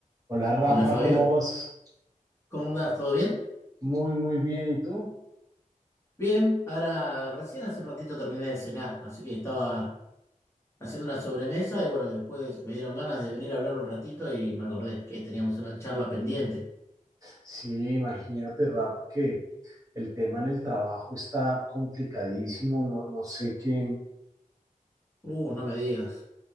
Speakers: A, on the right; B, on the left.
A: Hola Rafa,
B: Hola Fabio,
A: ¿cómo vas?
B: ¿cómo andás? ¿Todo bien?
A: Muy, muy bien. ¿Y tú?
B: Bien, ahora recién hace un ratito terminé de cenar, así que estaba haciendo una sobremesa y bueno, después me dieron ganas de venir a hablar un ratito y me acordé que teníamos una charla pendiente.
A: Sí, imagínate Rafa que el tema en el trabajo está complicadísimo. No, no sé qué,
B: Uh, no me digas.